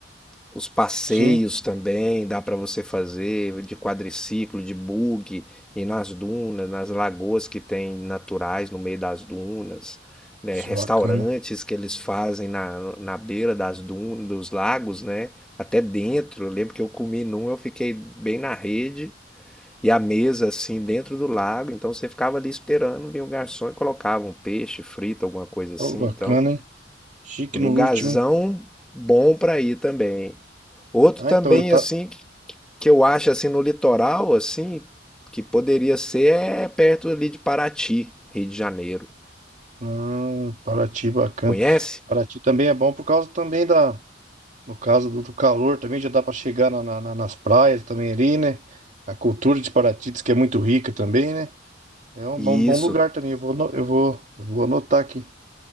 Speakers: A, in the centre; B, on the right.
A: Os passeios
B: Sim,
A: também dá para você fazer de quadriciclo, de buggy, e nas dunas, nas lagoas que tem naturais no meio das dunas, né?
B: isso
A: Restaurantes
B: é bacana.
A: que eles fazem na, na beira das dunas, dos lagos, né? Até dentro. Eu lembro que eu comi num, eu fiquei bem na rede e a mesa assim dentro do lago, então você ficava ali esperando, vinha o garçom e colocava um peixe frito, alguma coisa assim,
B: Ô, bacana,
A: então
B: hein? Chique
A: Lugarzão
B: no último, hein?
A: bom para ir também. Outro
B: Ah,
A: também
B: então eu tava
A: assim que que eu acho assim no litoral assim que poderia ser é perto ali de Paraty, Rio de Janeiro.
B: Hum, Paraty, bacana.
A: Conhece?
B: Paraty também é bom por causa também da, no caso do, do calor, também já dá para chegar na- na- na- nas praias também ali, né? A cultura de Paraty diz que é muito rica também, né? É um
A: e
B: bom, bom
A: Isso,
B: lugar também. Eu vou, ano- eu vou, eu vou anotar aqui.